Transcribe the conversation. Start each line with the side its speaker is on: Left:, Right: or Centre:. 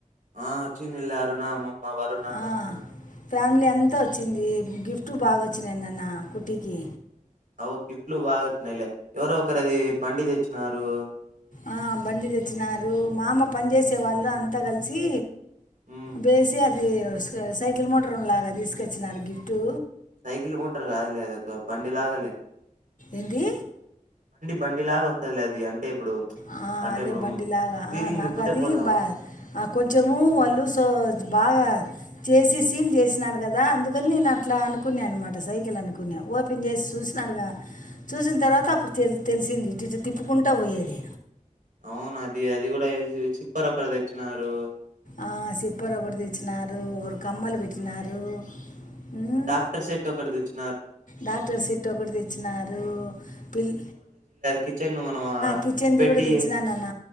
Right: ఆచ్చిన్ల్ అరుణమ్ ఆ మా వరుణాన్నా
Left: ఆ, ఫ్యామిలీ అంతా వచ్చింది గిఫ్ట్ బాగా వచ్చింది నాన్న కుట్టి కి
Right: అవు గిప్టులు బాగా వచ్చినయిలే ఎవరో ఒకరు అది బండి తెచ్చినారు
Left: ఆ బండి తెచ్చినారు మా అమ్మ పని చేేసే వాళ్ళు అంతా కలిసి
Right: హ్మ్.
Left: బేసి అది ఇది సై సైకిల్ మోటార్ లాగా తీసుకొచ్చినారా గిఫ్టు
Right: సైకిల్ మోటర్ కాదులే అదొక బండి లాగలే
Left: ఏందీ
Right: బండి లాగా వత్తదిలే అది అంటే ఇప్పుడు
Left: ఆ
Right: అంటే
Left: అదే
Right: ఇప్పుడు
Left: బండిలాగా
Right: స్టీరింగ్
Left: ఆ నాకు
Right: తిప్పితే
Left: అది
Right: పోతా
Left: బా
Right: ఉంటది.
Left: ఆ కొంచెము వాళ్ళు సో బాగా చేసి సీల్ చేసినారు గదా అందుకని నేను అట్లా అనుకునే అన్నమాట సైకిల్ అనుకున్న ఓపెన్ చేసి చూసినారుగా చూసిన తర్వాత అప్పుడు తెలిస్ తెలిసింది ఇట్టిట్ట తిప్పుకుంటా పోయేది.
Right: అవును అది అది కూడా వేసి సిప్పర్ ఒకరు తెచ్చినారు.
Left: ఆ సిప్పర్ ఒకటి తెచ్చినారు ఒకరు కమ్మలు పెట్టినారు.
Right: హ్మ్.
Left: ఉమ్,
Right: డాక్టర్ సెట్టు ఒకటి తెచ్చు
Left: డాక్టర్ సెట్ ఒకటి తెచ్చినారు. పిల్
Right: కిచెన్ ను మనం
Left: కిచెన్ది
Right: పెట్టి
Left: కూడా తెచ్చినానన్న